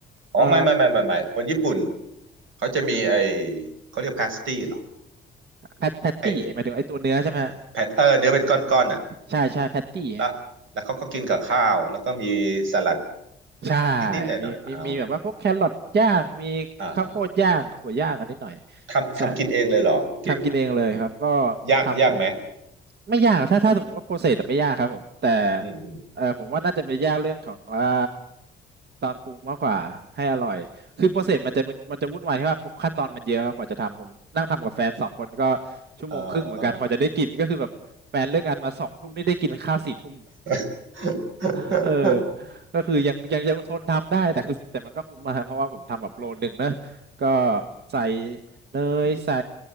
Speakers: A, on the right; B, on the right.
A: อ๋อไม่ไม่ไม่ไม่ไม่คนญี่ปุ่น
B: เอ่อ
A: เขาจะมีไอเขาเรียกพาสตี้เหรอ
B: แพตแพตตี้หมายถึงไอ้ตัวเนื้อใช่ไหมฮะ
A: ไอแผ่นเออเนื้อเป็นก้อนๆอ่ะ
B: ใช่ใช่แพตตี้
A: แล้วแล้วเขาก็กินกับข้าวแล้วก็มีสลัด
B: ใช่
A: นิดๆหน่อยๆอ๋อ
B: มีมีมีแบบว่าพวกแครอทย่างมีข้าวโพดย่างถั่วย่างอันนิดหน่อย
A: อ่าอ่าทำทำกินเองเลยเหรอเก่งอะ
B: ใช่ทำกินเองเลยครับก็
A: ยากยากไหม
B: ทำไปไม่ยากถ้าถ้าสมมติว่าโปรเซสไม่ยากครับผมแต่
A: อืมอืม
B: เออผมว่าน่าจะไปยากเรื่องของว่าตอนปรุงมากกว่า ให้อร่อยคือโปรเซสมันจะมันจะวุ่นวายที่ว่าขั้นตอนมันเยอะครับกว่าจะทำผมนั่งทำกับแฟนสองคนก็ชั่วโมงครึ่งเหมือนกันกว่าจะได้กินก็คือแบบแฟนเลิกงานมาสองทุ่มนี่ได้กินข้าวสี่ทุ่ม
A: อ่า <laughs>
B: <laughs> เออ ก็คือยังยังยังทนทำได้แต่คือแต่มันก็คุ้มมาเพราะว่าผมทำแบบโลหนึ่งนะก็ใส่เนยใส่